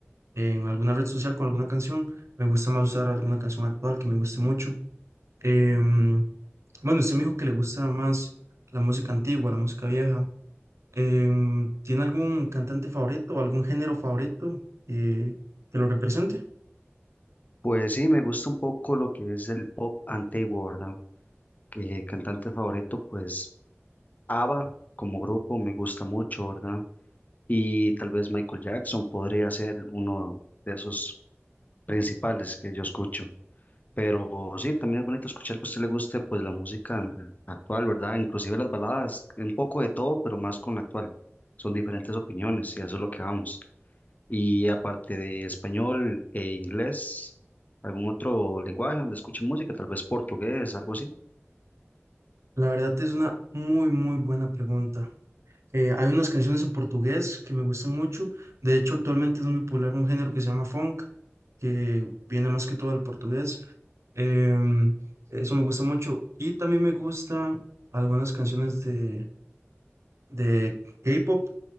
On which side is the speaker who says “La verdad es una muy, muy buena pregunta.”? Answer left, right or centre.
Right